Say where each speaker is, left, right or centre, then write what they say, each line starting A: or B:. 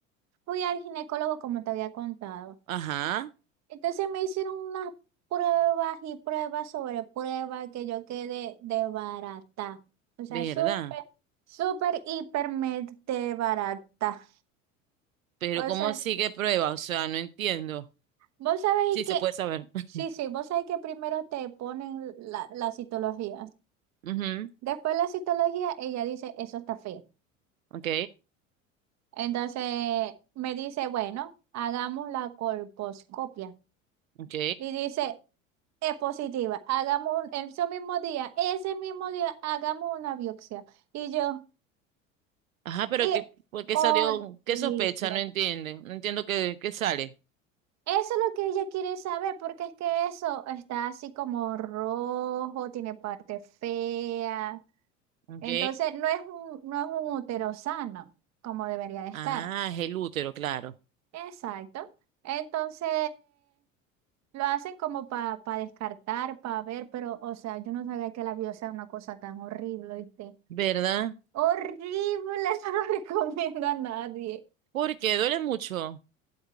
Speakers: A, on the right; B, on the right.
A: fui al ginecólogo como te había contado.
B: Ajá,
A: Entonces me hicieron unas pruebas y pruebas sobre pruebas que yo quedé de barata. O sea,
B: ¿verdad?
A: súper, súper, hiper, me- de barata.
B: Pero
A: O
B: ¿cómo
A: sea,
B: así que prueba? O sea, no entiendo.
A: vos sabéis
B: Sí, se
A: que,
B: puede saber. <laughs>
A: sí, sí, vos sabéis que primero te ponen la, la citología.
B: Ujú,
A: Después la citología, ella dice, eso está feo.
B: Ok,
A: Entonces me dice, bueno, hagamos la colposcopia.
B: ok.
A: Y dice, es positiva. Hagamos un, ese mismo día, ese mismo día, hagamos una biopsia. Y yo,
B: Ajá, pero
A: qué
B: ¿qué, por qué
A: horrible.
B: salió? ¿Qué sospecha? No entiende. No entiendo qué, qué sale.
A: Eso es lo que ella quiere saber, porque es que eso está así como rojo, tiene parte fea.
B: Ok.
A: Entonces no es un, no es un útero sano, como debería de estar.
B: Ah, es el útero, claro.
A: Exacto. Entonces, lo hacen como para descartar, para ver, pero, o sea, yo no sabía que la vida sea una cosa tan horrible, ¿oíste?
B: ¿Verdad?
A: Horrible, <laughs> eso no lo recomiendo a nadie.
B: Porque duele mucho.